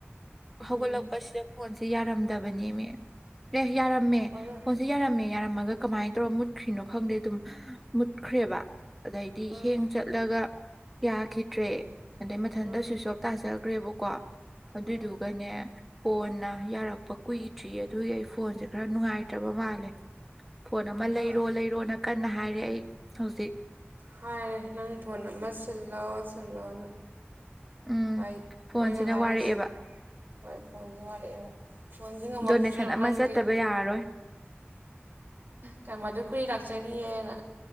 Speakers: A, on the right (about 50°); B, in the centre.
A: ꯎꯝ
B: ꯍꯧꯒꯠꯂꯛꯄꯁꯤꯗ ꯐꯣꯟꯁꯦ ꯌꯥꯔꯝꯗꯕꯅꯦꯃꯦ ꯑꯦ ꯌꯥꯔꯝꯃꯦ
A: ꯑꯗꯨ
B: ꯐꯣꯟꯁꯦ ꯌꯥꯔꯝꯃꯦ ꯌꯥꯔꯝꯃ ꯑ ꯀꯃꯥꯏꯅ ꯇꯧꯔꯒ ꯃꯨꯠꯈ꯭ꯔꯤꯅꯣ ꯈꯪꯗꯦ ꯑꯗꯨꯝ ꯃꯨꯠꯈ꯭ꯔꯦꯕ ꯑꯗꯩꯗꯤ
A: ꯎꯝ
B: ꯍꯦꯡ ꯆꯠꯂꯒ ꯌꯥꯈꯤꯗ꯭ꯔꯦ ꯑꯗꯩ ꯃꯊꯟꯗ
A: ꯎꯝ
B: ꯁ꯭ꯋꯨꯏꯁꯣꯞ ꯇꯥꯖꯒ꯭ꯔꯦꯕꯀꯣ ꯑꯗꯨꯏꯗꯨꯒꯅꯦ
A: ꯎꯝ
B: ꯀꯣꯟꯅ ꯌꯥꯔꯛꯄ ꯀꯨꯏꯗ꯭ꯔꯤꯌꯦ ꯑꯗꯨꯒꯤ ꯑꯩ ꯐꯣꯟꯁꯦ ꯈꯔ ꯅꯨꯡꯉꯥꯏꯇ꯭ꯔꯕ ꯃꯥꯜꯂꯦ ꯐꯣꯟ ꯑꯃ
A: ꯍꯣꯏ
B: ꯂꯩꯔꯣ ꯂꯩ ꯀꯟꯅ ꯍꯥꯏꯔꯦ ꯑꯩ ꯍꯧꯖꯤꯛ
A: ꯍꯥꯏꯔꯦ ꯅꯪ ꯐꯣꯟ ꯑꯃ ꯁꯤꯜꯂꯣ ꯁꯤꯜꯂꯣꯅ
B: ꯎꯝ
A: ꯑꯩ
B: ꯐꯣꯟꯁꯤꯅ
A: ꯃꯣꯏꯅ ꯍꯥꯏꯔꯤꯁꯦ
B: ꯋꯥꯔꯛꯑꯦꯕ
A: ꯍꯣꯏ ꯐꯣꯟꯁꯨ ꯋꯥꯔꯛꯑꯦꯕ ꯐꯣꯟꯁꯤ ꯉꯝꯃꯛꯇ꯭ꯔꯦꯕ
B: ꯗꯣꯅꯦꯁꯟ ꯑꯃ
A: ꯅꯪꯒꯤ
B: ꯆꯠꯇꯕ
A: ꯌꯥꯔꯣꯏ
B: ꯌꯥꯔꯔꯣꯏ
A: ꯀꯝ ꯑꯗꯨ ꯀꯨꯏ ꯂꯥꯛꯆꯔꯤꯌꯦꯅ